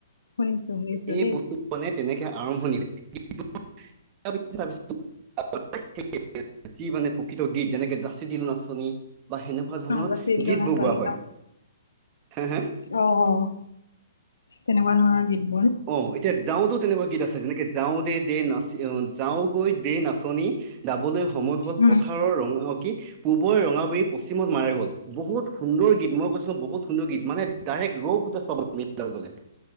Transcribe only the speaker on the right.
এই
বস্তুখনে তেনেকে আৰম্ভণি হয় কিন্তু <unintelligible> যি মানে প্ৰকৃত গীত যেনেকে যাঁচি দিলো নাচনী বা সেনেকুৱা ধৰণৰ
গীত
বোৰ গোৱা হয় হে হে
অহ এতিয়া যাওঁতো তেনেকুৱা গীত আছে যেনেকে যাওঁ দে দে নাচি অহ যাওঁ গৈ দে নাচঁনি যাবলৈ সময় হ'ল
পথাৰৰ অহ ৰঙ কি পূৱেই ৰঙাবৰি পশ্চিমত মাৰে গ'ল বহুত সুন্দৰ গীত মই কৈছো বহুত সুন্দৰ গীত মানে ডাইৰেক্ট ৰৌ ফৌটেজ পাবা তুমি এই বিলাক গলে